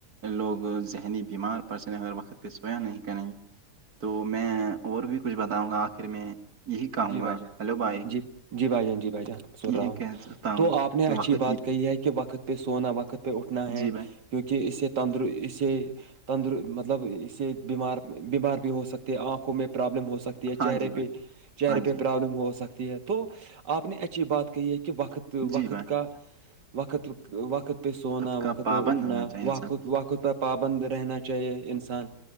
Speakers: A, on the right (about 60°); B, on the right (about 80°).
A: لوگ ذہنی بیمار پڑسگر وقت پہ سویا نہیں کریں گے تو میں اور بھی کچھ بتاؤں گا آخر میں یہی کہوں
B: جی
A: گا
B: بھائی جان
A: ہیلو بھائی
B: جی جی بھائی جان جی بھائی جان سن
A: یہی
B: رہا ہوں
A: کہہ سکتا ہوں
B: تو آپ نے
A: کہ
B: اچھی
A: وقت
B: بات
A: ہی
B: کہی ہے کہ وقت پہ سونا وقت پہ اٹھنا ہے
A: جی بھائی
B: کیونکہ اس سے تندر اسے تندر مطلب اس سے بیمار بیمار بھی ہو سکتے آنکھوں میں پرابلم ہو سکتی ہے
A: ہاں
B: چہرے
A: جی بھائی
B: پہ چہرے
A: ہاں
B: پہ
A: جی
B: پرابلم ہو سکتی ہے تو آپ نے اچھی بات کہی ہے کہ وقت وقت
A: جی بھائی
B: کا وقت وقت سووننا
A: کا
B: وقت
A: پابند
B: پہ اٹنا
A: ہونا چاہیے انسان
B: وقت وقت پر پابند رہنا چاہیے انسان